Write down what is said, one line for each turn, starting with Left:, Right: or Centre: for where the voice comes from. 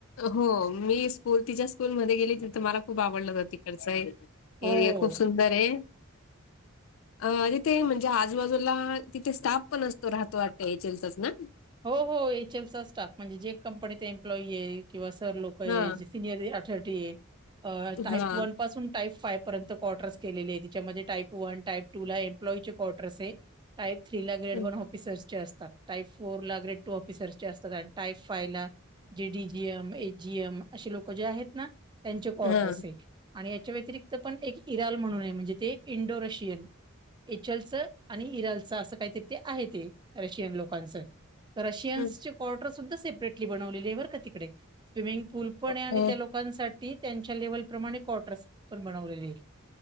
Left: हो मी स्कूल तिच्या स्कूलमध्ये गेली तिथं मला खूप आवडलं हो तिकडचा ये
Right: हो.
Left: एरिया खूप सुंदर आहे अ तिथे म्हणजे आजूबाजूला तिथे स्टाफ पण असतो राहतो वाटतय त्यांचाच ना?
Right: हो हो एच एल चा स्टाफ म्हणजे जे कंपनीचा एम्प्लॉई आहे किंवा सर लोक आहेत.
Left: हां,
Right: सिनयर अथोरिटी आहे टाईप
Left: हां,
Right: वन पासून टाईप फाईव पर्यंत कॉटर्स केलेले आहेत त्याच्यामध्ये टाईप वन टाईप टू ला एम्प्लॉईचे कॉटर्स ये टाईप थ्री ला गेड
Left: हं,
Right: वन ऑफिसर्स चे असतात टाईप फोर ला ग्रेड टू ऑफिसर्स चे असतात आणि टाईप फाईव्ह ला जे D G M, H G M अशी लोक जे आहेत ना त्यांचे कॉटर्स
Left: हां,
Right: आहेत. आणि याच्या व्यतिरिक्त पण एक इराल म्हणून आहे म्हणजे ते इंडो रशियन एचलचं आणि इरालचं असं काहीतरी ते आहे ते रशियन लोकांचं. रशियन्सचे
Left: हं.
Right: कॉटर सुद्धा सेपरेटली बनवलेले आहे बर का तिकडे स्विमिंग पूल पण
Left: ओ
Right: आहे आणि त्या लो लोकांसाठी त्यांच्या लेवल प्रमाणे कॉटर्स पण बनवलेले आहे.